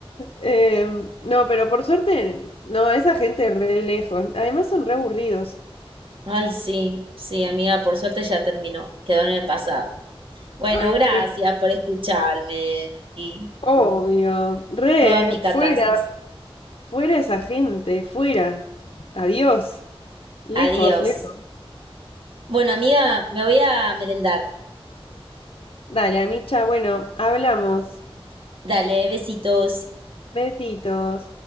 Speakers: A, on the left (about 60°); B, on the right (about 60°).
A: Em, no, pero por suerte, no, esa gente re lejos. Además son re aburridos.
B: Ay, sí, sí, amiga, por suerte ya terminó, quedó en el pasado. Bueno,
A: Ay,
B: gracias
A: sí.
B: por escucharme y
A: Obvio. Re,
B: toda mi catarsis.
A: fuera, fuera esa gente, fuera. Adiós. Lejos,
B: Adiós.
A: lejos.
B: Bueno, amiga, me voy a merendar.
A: Dale, Amicha, bueno, hablamos.
B: Dale, besitos.
A: Besitos.